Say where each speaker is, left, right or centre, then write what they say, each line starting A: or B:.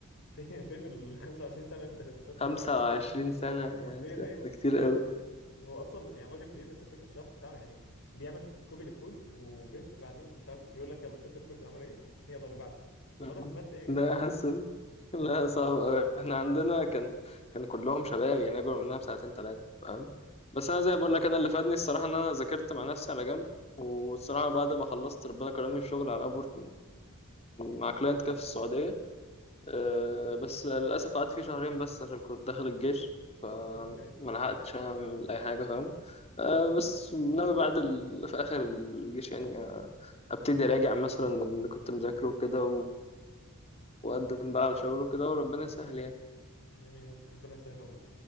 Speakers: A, on the left; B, on the left.
A: فين فين ال 25 سنه اللي انت انستراكتور
B: 25
A: فيه
B: سنه يا
A: حرفيا
B: ساتر
A: ايوه
B: ده كتير
A: فين
B: قوي
A: ال- هو اصلا يعني راجل كبير بس الفكره الشرح بتاعه يعني بيعمل كوبي للكود وبيست بعدين فاهم يقول لك يلا شفت الكود اللي عمل ايه يلا اللي بعده طب
B: مم.
A: انا استفدت ايه يا جماعه
B: ده حاسس <laughs> لا صعب أوي. احنا عندنا كان كان كلهم شباب يعني اكبر مننا بساعتين ثلاثه فاهم بس انا زي
A: <laughs> فاهمك
B: بقول
A: ايه
B: لك انا اللي فادني الصراحه ان انا ذاكرت مع نفسي على جنب والصراحه بعد ما خلصت ربنا كرمني في شغل على ابورك مع كلاينت كده في السعوديه أه، بس للاسف قعدت فيه شهرين بس عشان كنت داخل الجيش فما
A: فاهمك ايه
B: لحقتش اعمل اي حاجه فاهم أه، بس ناوي بعد ال... في اخر الجيش يعني أه، ابتدي اراجع مثلا اللي كنت مذاكره وكده وقدم بقى على شغله كده وربنا يسهل يعني
A: جميل رب- ربنا يسهل والله